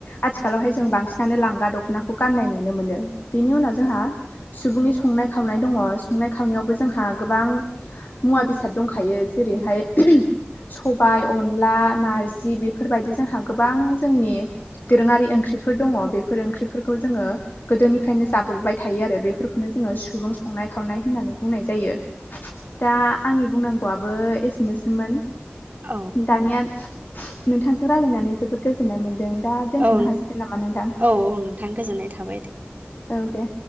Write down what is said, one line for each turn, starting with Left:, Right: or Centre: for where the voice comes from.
Left: आथिखालावहाय जों बांसिनानो लांगा दखनाखौ गान्नाय नुनो मोनो। बेनि उनाव जोंहा सुबुंनि संनाय खावनाय दङ। संनाय खावनायावबो जोंहा गोबां मुवा बेसाद दंखायो जेरैहाय सबाय अनला नारजि बेफोरबायदि जोंहा गोबां जोंनि दोरोङारि ओंख्रि फोर दङ। बेफोर ओंख्रिफोरखौ जोङो गोदोनिफ्रायनो जाबोबाय थायो आरो। बेफोरखौनो जोङो सुबुं संनाय खावनाय होननानै बुंनाय जायो। दा आंनि बुंनांगौआबो ओ एसेनोसैमोन।
Right: औ
Left: दानिया नोंथांजों रायलायनानै जोबोद गोजोननाय मोनदों। दा दोनथ'नो
Right: औ
Left: हासिगोन नामा नोंथां?
Right: औ नोंथां गोजोननाय थाबाय दे।
Left: औ दे।